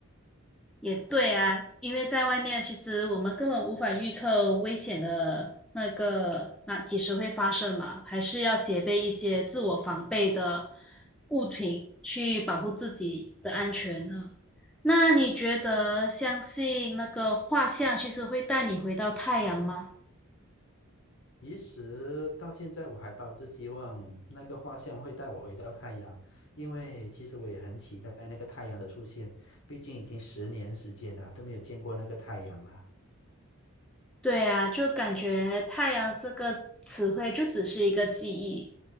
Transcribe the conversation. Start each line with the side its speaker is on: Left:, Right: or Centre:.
Centre: 也对啊，因为在外面，其实我们根本无法预测危险的那个那几时会发生嘛，还是要携带一些自我防备的物品去保护自己的安全呢。那你觉得相信那个画像其实会带你回到太阳吗？
Left: 其实到现在，我还抱着希望那个画像会带我回到太阳，因为其实我也很期待那个太阳的出现，毕竟已经十年时间了，都没有见过那个太阳了。
Centre: 对啊，就感觉“太阳”这个词汇就只是一个记忆，